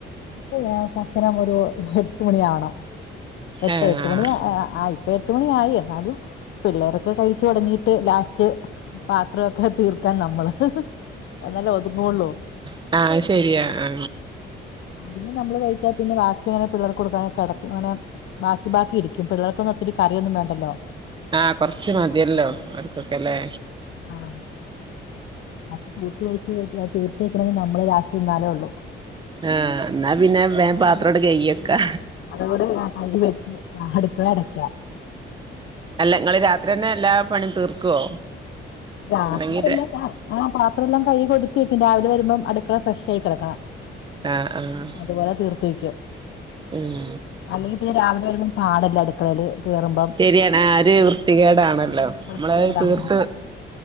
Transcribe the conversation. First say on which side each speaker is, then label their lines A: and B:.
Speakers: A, on the left (about 70°); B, on the right (about 25°).
A: ഇല്ലല്ല <unintelligible> ഒരുഎട്ട് മണി ആണം. എട്ട്
B: ആഹ്
A: എട്ട് മണി ആയി. എട്ടു മണിയായി എന്നാലും പിള്ളേരൊക്കെ കഴിച്ചു തുടങ്ങിയിട്ട് ലാസ്റ്റ്. പാത്ര ഒക്കെ തീർക്കാൻ നമ്മള. എന്നല്ലേ ഒതുങ്ങുള്ളൂ.
B: ആഹ് അഹ് ശരിയാ. ആ
A: അതിനെ നമ്മള് കഴിച്ചാൽ പിന്നെ ബാക്കി അങ്ങനെ പിള്ളേർ കൊടുക്കാതെ കടക്കും അങ്ങനെ. ബാക്കി ബാക്കി ഇരിക്കും. പിള്ളേർക്കൊന്നും ഒത്തിരി കറിയൊന്നും വേണ്ടല്ലോ?
B: ആഹ് കൊറച്ച് മതിയല്ലോ അവർക്കൊക്കെല്ലേ?
A: ആഹ് ആ തൂത്തൊഴിച്ച് തീർച്ച വെക്കണെങ്കിൽ നമ്മള് രാസ്റ്റ് നിന്നാലേ ഉള്ളു.
B: ആഹ് എന്നാ പിന്നെ വേം പാത്രണ്ട്‌ കൈകി വെക്കാ.
A: <inaudible>
B: അല്ല നിങ്ങള് രാത്രി തന്നെ എല്ലാ പണിയും തീർക്കുവോ?
A: രാത്രിയ
B: അല്ലെങ്കി
A: എല്ലാം ആ പാത്രമ എല്ലാം കഴുകി ഒതുക്കി വെക്കും. രാവിലെ വരുമ്പോം അടുക്കള ഫ്രഷ് ആയി കിടക്കണം.
B: ആഹ് ആഹ്
A: അതുപോലെ തീർത്തുവെക്കോ?
B: <inaudible>
A: അല്ലെങ്കിൽപിന്നെ രാവിലെ വരുമ്പോൾ പാടല്ലെ കേറുമ്പോ.
B: ശരിയാണ് ആ ഒര് വൃത്തികേടാണല്ലോ
A: വൃത്തികേടാണ്
B: നമ്മളത് തീർത്.